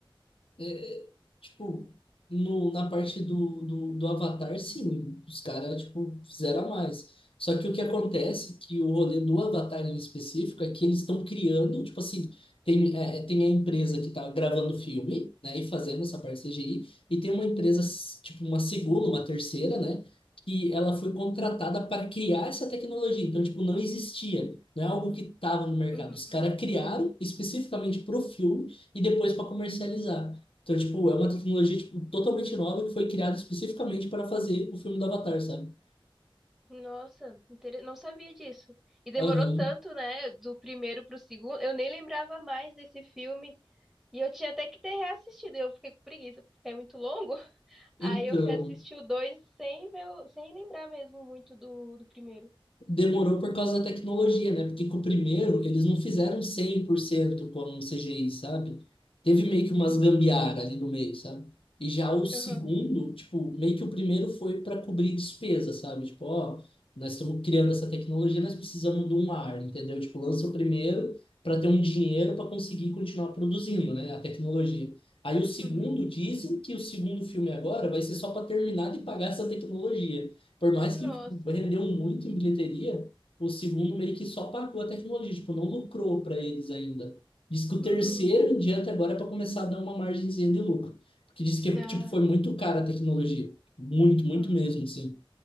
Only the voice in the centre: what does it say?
Uhum.
Nossa, intere- não sabia disso. E demorou
tanto, né? Do primeiro pro segundo. Eu nem lembrava mais desse filme. E eu tinha até que ter reassistido. Eu fiquei com preguiça, porque é muito longo. <laughs>
Aí eu fui assistir o dois sem ver, o- sem lembrar mesmo muito do, do primeiro.
Hum.
Aham.
Uhum.
Nossa.
Uhum.
Ah,
ah.